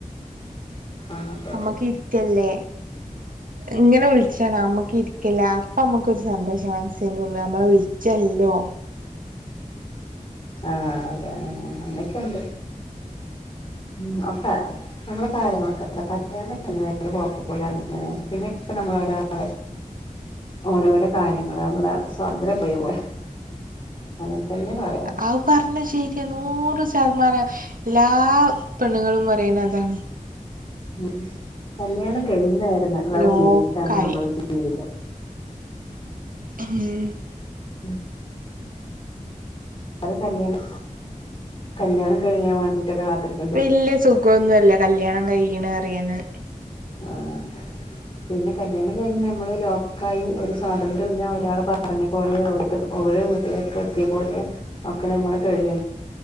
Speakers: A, on the left (about 40°); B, on the right (about 80°).
A: ആഹ് അതെ അതെ
B: ഞമ്മക്കിരിക്കല്ലേ ഇങ്ങനെ വിളിച്ചാണ് മ്മക്ക് ഇരിക്കില്ല അപ്പൊ മ്മക്കൊരു സന്തോഷ മനസ്സിന്റെറെ ഉള്ളിൽ നമ്മളെ വിളിച്ചല്ലോ
A: ആഹ് അതെ അങ്ങനൊക്കെണ്ട് ഉം അക്കെ നമ്മളെ കാര്യങ്ങളൊക്കെ കല്യാ കുഴപ്പില്ലനെ പിന്നെക്കെ നമ്മള ഒരാള
B: <inaudible>
A: ഓരോരോ കാര്യങ്ങള് നമ്മള് സ്വതന്ത്രം പോയി പോല അങ്ങനെ തന്നെ പറയാം
B: ആ പറഞ്ഞ ശരിയ നൂറ് ശതമാനം എല്ലാ പെണ്ണുങ്ങളും പറയുന്നതാണ്
A: ഉ കല്യാണം കഴിഞ്ഞ വരുന്ന നള
B: ലോക്കായി
A: ജീവിതാണ് നമ്മളെ ജീവിതം
B: ഉം
A: ഉം കും കല്യാണം കല്യാണം കഴിഞ്ഞാൻ വേണ്ടിട്ടൊക്കെ കാത്തിരിക്ക
B: വല്ല്യ സുഖൊന്നു അല്ല കല്ല്യാണം കഴിക്ക്ണ് പറിയ്ന്ന്.
A: ആഹ് പിന്നെ കല്ല്യാണം കഴിഞ്ഞ് നമ്മള് ലോക്കായി, ഒരു സ്വാതന്ത്ര്യമില്ല ഒരാള് പറഞ്ഞ പോലെ ഒരു ഓരോ വീട്ടിലേക്കെത്തിയ പോലെ ഒക്കെ നമ്മള് കഴിയണം.